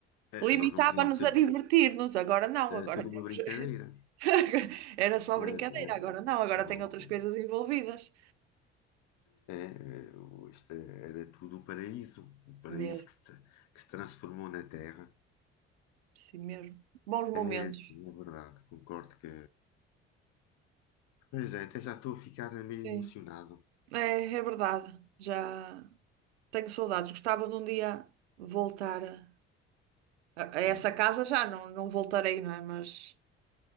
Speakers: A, on the left (about 60°); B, on the right (about 85°).
A: eh,
B: limitava-nos
A: nós não queríamos saber.
B: a divertir-nos. Agora não,
A: Era
B: agora
A: tudo
B: temos.
A: uma brincadeira.
B: <laughs> Era só
A: Eh,
B: brincadeira,
A: eh,
B: agora não, agora
A: pronto.
B: tem outras coisas envolvidas.
A: É, é, isto é, era tudo o paraíso, o paraíso
B: Mesmo,
A: que se, que se transformou na Terra.
B: sim mesmo. Bons momentos.
A: É, sim, é verdade, concordo que. Pois é, até já estou a ficar meio
B: Sim,
A: emocionado.
B: é, é verdade. Já tenho saudades. Gostava de um dia voltar a. A a essa
A: É, é.
B: casa já não, não voltarei, não é? Mas,